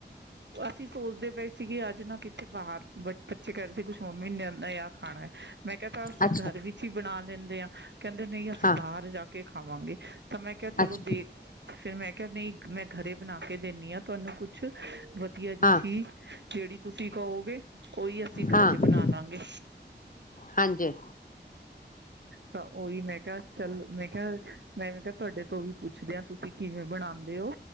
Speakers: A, on the right (about 75°); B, on the left (about 50°).
A: ਅਸੀ ਸੋਚਦੇ ਗਏ ਸੀਗੀ ਅੱਜ ਨਾ ਕਿੱਥੇ ਬਾਹਰ ਬਟ ਬੱਚੇ ਕਹਿਦੇ ਸੀ ਕੁਛ ਮੰਮੀ ਨੇਦਾ ਆਹ ਖਾਣਾ ਮੈਂ ਕਹਿ ਤ ਅਸੀਂ
B: ਅੱਛਾ,
A: ਘਰ ਵਿੱਚ ਹੀ ਬਣਾ ਲੈਂਦੇ ਹਾਂ ਕਹਿੰਦੇ ਨਹੀਂ ਅਸੀਂ
B: ਹਾਂ,
A: ਬਾਹਰ ਜਾ ਕੇਾ ਖਾਵਾਂਗੇ ਤਾਂ ਮੈਂ ਕਿਹਾ ਚਲੋ
B: ਅੱਛਾ,
A: ਦੇਖ ਫਿਰ ਮੈਂ <unintelligible> ਨਹੀਂ ਮੈਂ ਘਰੇ ਬਣਾ ਕੇ ਦਿੰਦੀ ਹਾਂ ਤੁਹਾਨੂੰ ਕੁਛ ਵਧੀਆ ਜਿਹੀ
B: ਹਾਂ,
A: ਚੀਜ਼ ਜਿਹੜੀ ਤੁਸੀਂ ਕਹੋਗੇ ਉਹੀ ਅਸੀਂ
B: ਹਾਂ,
A: ਘਰੇ ਬਣਾ ਲਵਾਂਗੇ
B: ਹਾਂਜੀ,
A: ਤਾਂ ਉਹੀ ਮੈਂ ਕਿਹਾ ਚੱਲ ਮੈਂ ਕਿਹਾ ਮੈਂ ਮੈਂ ਕਿਹਾ ਤੁਹਾਡੇ ਤੋਂ ਵੀ ਪੁੱਛਦੇਿਆਂ ਤੁਸੀਂ ਕਿਵੇਂ ਬਣਾਉਦੇ ਹੋ